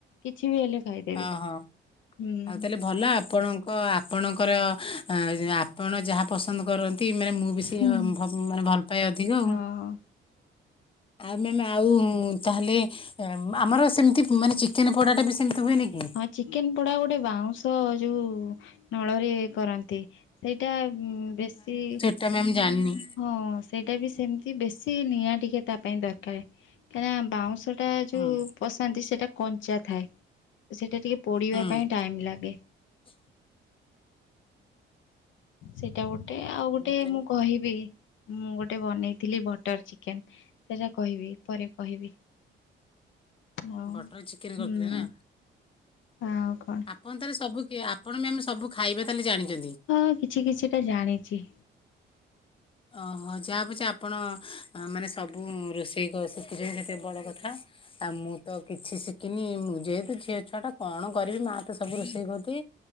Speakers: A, on the left; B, on the left.
A: କିଛି ବି ହେଲେ ଖାଇଦେବି।
B: ଓହୋ।
A: ହୁଁ
B: ଆଉ ତାହେଲେ ଭଲ ଆପଣଙ୍କ ଆପଣଙ୍କର ଆପଣ ଯାହା ପସନ୍ଦ କରନ୍ତି ମାନେ ମୁଁ ବି ସେ
A: ହୁଁ
B: ଟେ ମାନେ ଭଲ ପାଏ ଅଧିକ ଆଉ।
A: ହଁ।
B: ଆଉ ମାମ୍ ଆଉ ତାହେଲେ ଆମର ସେମିତି ମାନେ ଚିକେନ୍ ପୋଡ଼ାଟା ବି ସେମତି ହୁଏନି କି?
A: ଚିକେନ୍ ପୋଡ଼ା ଗୋଟେ ବାଉଁଶ ଯୋଉ ନଳରେ କରନ୍ତି। ସେଇଟା ବେଶୀ।
B: ତା ମାନେ ଜାଣିନି।
A: ହଁ ସେଇଟା ବି ସେମିତି ବେଶୀ ନିଆଁ ଟିକେ ତା ପାଇଁ ଦରକାର କାଇଁନା ବାଉଁଶ ଟା ଯୋଉ
B: ହୁଁ
A: ପସାନ୍ତି ସେଇଟା କଞ୍ଚା ଥାଏ ସେଇଟା ଟିକେ ପୋଡ଼ିବା
B: ହୁଁ
A: ପାଇଁ ଟାଇମ୍ ଲାଗେ। ସେଇଟା ଗୋଟେ ଆଉ
B: ହୁଁ
A: ଗୋଟେ
B: ତାହେଲେ
A: ମୁଁ କହିବି ମୁଁ ଗୋଟେ ବନେଇଥିଲି ବଟର୍ ଚିକେନ୍ ସେହା କହିବି ପରେ କହିବି। ହଉ
B: ବଟର ଚିକେନ
A: ହୁଁ
B: କରିଥିଲେ ନା?
A: ଆଉ କଣ?
B: ଆପଣ ତାରସବୁ ଆପଣ ମାମ୍ ସବୁ ଖାଇବା ତାହେଲେ ଜାଣିଛନ୍ତି।
A: ହଁ କିଛି କିଛିଟା ଜାଣିଛି।
B: ଓହୋ ଯାହା ପଛେ ଆପଣ ମାନେ ସବୁ ରୋଷେଇ କରି ଶିଖିଛନ୍ତି ସେତେ ବଡ଼ କଥା। ଆଉ ମୁଁ ତ କିଛି ଶିଖିନି ମୁଁ ଯେହେତୁ ଝିଅ ଛୁଆ ଟା କଣ କରିବି ମା ତ ସବୁ ରୋଷେଇ କରିଦିଏ।